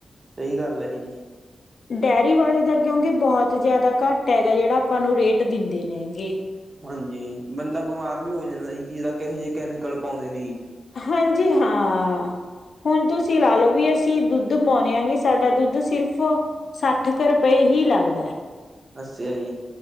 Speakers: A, on the right (about 35°); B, on the left (about 60°).
A: ਸਹੀ ਗੱਲ ਐ ਕੀ ਜੀ।
B: ਡੇਅਰੀ ਵਾਲੇ ਦਾ ਕਿਉਂਕਿ ਬਹੁਤ ਜਿਆਦਾ ਘੱਟ ਹੈਗਾ। ਜਿਹੜਾ ਆਪਾਂ ਨੂੰ ਰੇਟ ਦਿੰਦੇ ਨੇ ਗੇ।
A: ਹਾਂਜੀ ਬੰਦਾ ਬਿਮਾਰ ਵੀ ਹੋ ਜਾਂਦਾ ਜੀ ਕਿ ਪਤਾ ਕਿਹੋ ਜਿਹੇ ਕੈਮੀਕਲ ਪਾਉਂਦੇ ਨੇ ਜੀ।
B: ਹਾਂਜੀ ਹਾਂ। ਹੁਣ ਤੁਸੀਂ ਲਾ ਲਓ ਵੀ ਅਸੀ ਅਸੀਂ ਦੁੱਧ ਪਾਉਂਨੇ ਆ ਸਾਡਾ ਦੁੱਧ ਸਿਰਫ਼ ਸੱਠ ਕੁ ਰੁਪਏ ਹੀ ਲੱਗਦਾ।
A: ਅਸ਼ਾ ਜੀ।